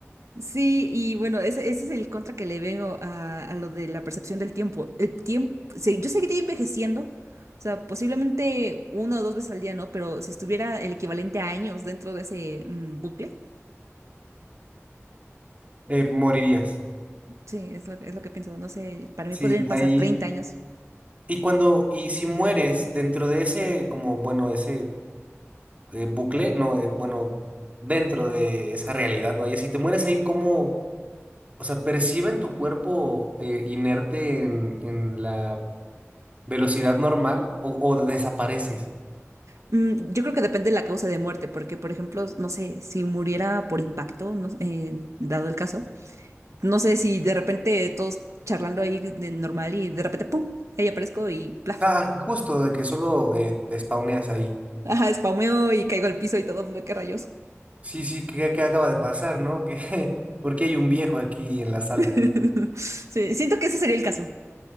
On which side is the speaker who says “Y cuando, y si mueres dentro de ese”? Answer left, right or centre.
Right